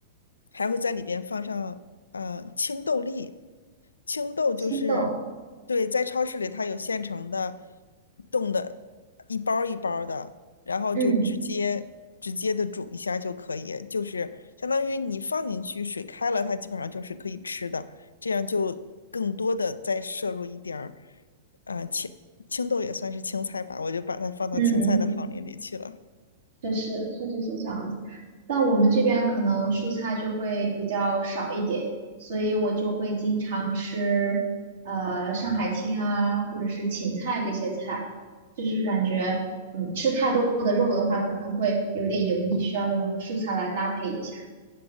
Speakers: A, on the left; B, on the right.
A: 还会在里边放上呃青豆粒，青豆就是对，
B: 青豆，
A: 在超市里它有现成的冻的，一包儿一包儿的。然后就直接直接的煮一下就可以，
B: 嗯。
A: 就是相当于你放进去，水开了，它基本上就是可以吃的，这样就更多的再摄入一点儿，呃，青青豆也算是青菜吧，我就把它放到青菜的行列里去了。
B: 嗯，确实，确实是这样子。但我们这边可能蔬菜就会比较少一点，所以我就会经常吃呃上海青啊，或者是芹菜这些菜，就是感觉嗯吃太多的肉的话，可能会有点油腻，需要用蔬菜来搭配一下。